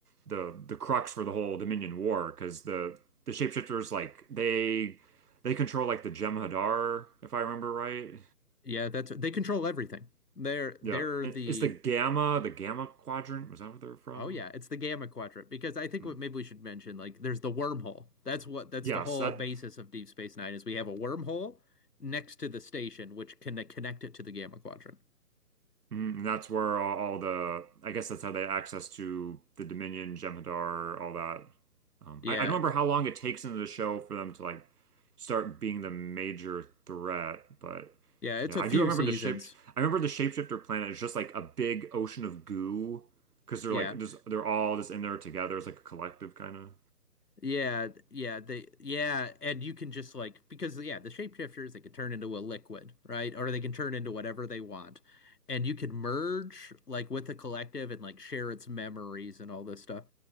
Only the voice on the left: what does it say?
Yeah, that's they control everything. They're they're
the
oh yeah, it's the Gamma Quadrant because I think
what maybe we should mention like there's the wormhole. That's what that's
the whole
basis of Deep Space Nine is we have a wormhole next to the station which can connect it to the Gamma Quadrant.
Yeah,
th-
yeah, it's
a
few
seasons.
Yeah.
Yeah, yeah, they yeah, and you can just like because yeah, the shapeshifters they can turn into a liquid, right? Or they can turn into whatever they want. And you can merge like with the collective and like share its memories and all this stuff.